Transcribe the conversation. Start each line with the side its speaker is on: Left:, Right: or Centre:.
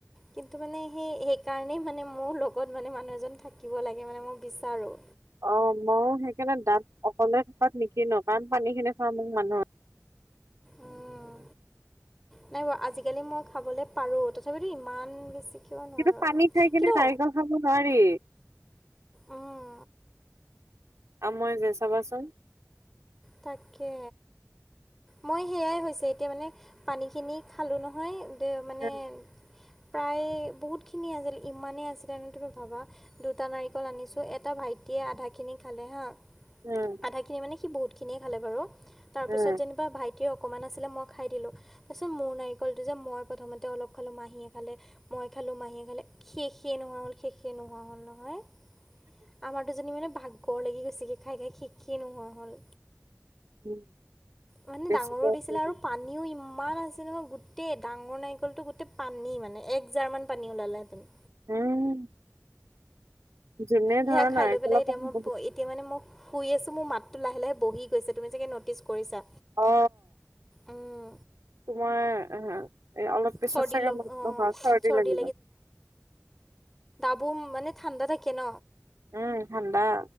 Centre: কিন্তু মানে সেই সেইকাৰণেই মানে মোৰ লগত মানে মানুহ এজন থাকিব লাগে মানে মই বিচাৰোঁ
Right: অ মই সেইকাৰণে দাঁত অকলে থকাত নিকো কাৰণ পানী খিনি খোৱা মোক মানুহৰ
Centre: উম নাই বাৰ আজিকালি মই খাবলে পাৰো তথাপিতো ইমান বেছি কিয় নোৱাৰোঁ
Right: কিন্তু পানী
Centre: আৰু
Right: খাই কিনে
Centre: কিন্তু
Right: নাৰিকল খাব নোৱাৰি।
Centre: উম,
Right: আও মই যে চাবাচোন?
Centre: তাকে। মই সেয়াই হৈছে এতিয়া মানে পানীখিনি খালোঁ নহয়। দে মানে।
Right: উম
Centre: প্ৰায় বহুতখিনি আছিল। ইমানেই আছিলে তুমি ভাবা। দুটা নাৰিকল আনিছোঁ এটা ভাইটি। য়ে আধাখিনি খালে হাঁ।
Right: উম
Centre: আধা খিনি মানে সি বহুত খিনিয়ে খালে বাৰু। তাৰ
Right: উম
Centre: পিছত যেনিবা ভাইটিৰ। অকমান আছিলে মই খাই দিলোঁ। তাৰপিছত মোৰ নাৰিকলটো যে মই প্ৰথমতে অলপ খালোঁ, মাহীয়ে খালে, মই খালোঁ, মাহীয়ে খালে শেষেইে নোহোৱা হ'ল শেষেই নোহোৱা হ'ল নহয়। আমাৰ দুজনী মানে ভাগৰ লাগি গৈছেগে খাই খাই শেষেই নোহোৱা হল।
Right: উম।
Centre: মানে
Right: বেছিকে
Centre: ডাঙৰো
Right: আছে।
Centre: দিছিলে আৰু পানীও ইমান। আছিলে ক। গোটেই ডাঙৰ নাৰিকলতটো গোটেই পানী মানে। এক জাৰ মান পানী ওলালে হেতেন।
Right: উম। যোনে
Centre: সেয়া
Right: ধৰা
Centre: খাই
Right: নাৰিকলৰ
Centre: লৈ পেলাই এতিয়া
Right: পানী
Centre: মই
Right: বহুত
Centre: এতিয়া মানে মোক। শুই আছো মোৰ মাতটো লাহ লাহে বহি গৈছে। তুমি চাগে ন'টিছ কৰিছা।
Right: অ।
Centre: উম,
Right: তোমাৰ। এই অলপ পেছাৰ
Centre: চৰ্দি
Right: চাগে
Centre: লগ
Right: মাত
Centre: অঁ
Right: হয় খৰতে
Centre: চৰ্দি
Right: লাগিব।
Centre: বুম মানে ঠাণ্ডা থাকে ন।
Right: উম ঠাণ্ডা।